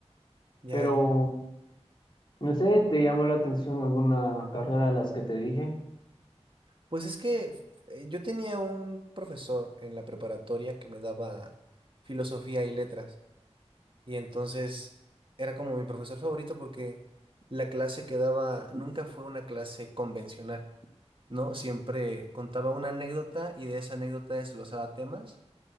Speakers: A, on the right; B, on the left.
A: Ya,
B: Pero,
A: ya.
B: no sé, ¿te llamó la atención alguna carrera de las que te dije?
A: Pues es que eh, yo tenía un profesor en la preparatoria que me daba filosofía y letras, y entonces era como mi profesor favorito porque la clase que daba nunca fue una clase convencional, ¿no? Siempre contaba una anécdota y de esa anécdota desglosaba temas